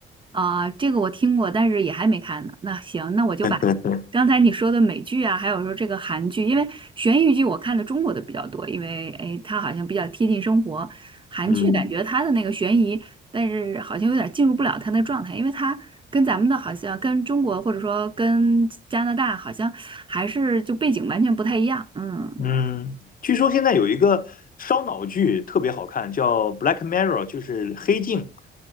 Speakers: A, on the right; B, on the left.
A: 啊，这个我听过，但是也还没看呢。那行，那我就把刚才你说的美剧啊，
B: <laughs>
A: 还有说这个韩剧，因为悬疑剧我看的中国的比较多，因为哎，它好像比较贴近生活。韩剧感觉它的那个悬疑，
B: 嗯
A: 但是好像有点进入不了它那个状态，因为它跟咱们的好像跟中国或者说跟加拿大好像还是就背景完全不太一样。嗯，
B: 嗯，据说现在有一个烧脑剧特别好看，叫《Black Mirror》，就是黑镜。